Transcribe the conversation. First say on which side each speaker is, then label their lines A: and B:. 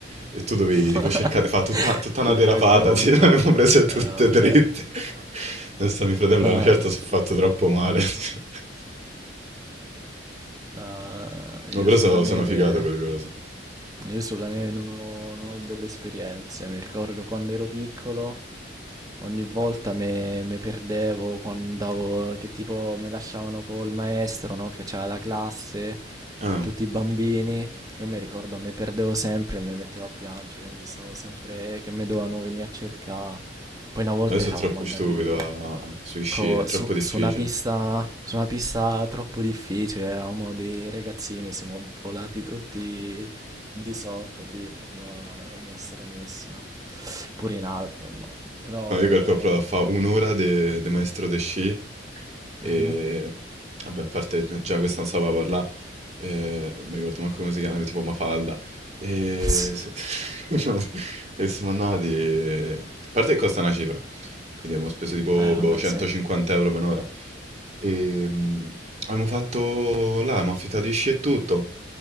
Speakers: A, on the right; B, on the right.
A: e tu dovevi tipo
B: <laughs>
A: cercare di fare tutta, tutta una
B: Curve
A: derapata,
B: a gomito.
A: sì, <laughs> l'avevamo prese tutte
B: Eh, vabbè.
A: dritte. Adesso mio fratello
B: Ah.
A: a una certa si è fatto troppo male. Sì.
B: Ah, <laughs> io
A: No, però
B: sulla
A: so-
B: neve...
A: sono figato quelle cose.
B: Io sulla neve non ho, non ho belle esperienze. Mi ricordo quando ero piccolo Ogni volta me, me perdevo quando andavo, che tipo mi lasciavano col maestro, no? Che c'era la classe,
A: Ah,
B: tutti i bambini. Io mi ricordo, me perdevo sempre e mi mettevo a piangere, quindi stavo sempre che mi dovevano venire a cercare. Poi una volta
A: adesso
B: eravamo
A: è troppo
B: andati
A: stupido a- a- sui sci,
B: co-
A: è troppo
B: su,
A: difficile.
B: su una pista, su una pista troppo difficile, eravamo dei ragazzini, siamo volati tutti di sotto, tipo, boh, una roba stranissima. Pure in alto, boh. Però
A: No, io calcolo però fa un'ora de, de maestro de sci e
B: Mhm.
A: vabbè, a parte gi- già questa non sapeva parlare, eh, non mi ricordo manco come si chiama, tipo Mafalda. E,
B: <laughs>
A: s- <laughs> e siamo andati, a parte che costa una cifra, quindi abbiamo speso tipo
B: Eh, vabbè,
A: boh, 150
B: sì.
A: euro per un'ora. Ehm, abbiamo fatto là, abbiamo affittato i sci e tutto.